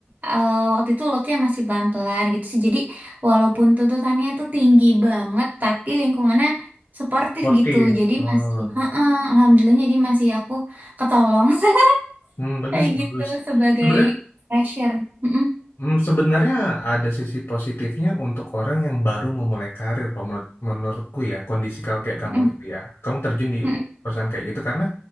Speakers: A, on the right; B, on the left.
A: eh, waktu itu lotnya masih pelan-pelan gitu sih jadi walaupun tuntutannya itu tinggi banget tapi lingkungannya suportif
B: Sportif.
A: gitu jadi
B: Oh.
A: masih heeh alhamdulillahnya jadi masih aku ketolong <laughs>
B: Hmm, bagus,
A: kayak
B: bagus.
A: gitu sebagai
B: Sebenarnya,
A: pressure mm -mm,
B: hmm, sebenarnya ada sisi positifnya untuk orang yang baru memulai karir, kalau menurut, menurutku ya, kondisi kalau kayak kamu
A: mm -mm,
B: itu ya. Kamu terjun di
A: mm -mm.
B: perusahaan kayak gitu karena